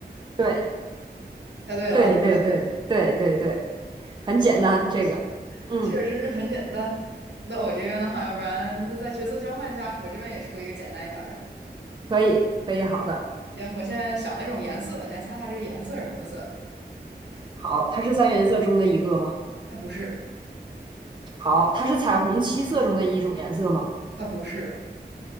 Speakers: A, on the right; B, on the right.
A: 对，
B: 猜对了，
A: 对，对，对，对，对，对，
B: <laughs>
A: 很简单，
B: 行，
A: 这个，嗯，
B: 确实是很简单。那我这边的话，要不然那再角色交换一下，我这边也出一个简单一点儿的。
A: 可以，可以，好的，
B: 行，我现在想了一种颜色，你来猜猜这个颜色是什么色的？
A: 好，它是三原色中的一个吗？
B: 它不是，
A: 好，它是彩虹七色中的一种颜色吗？
B: 它不是，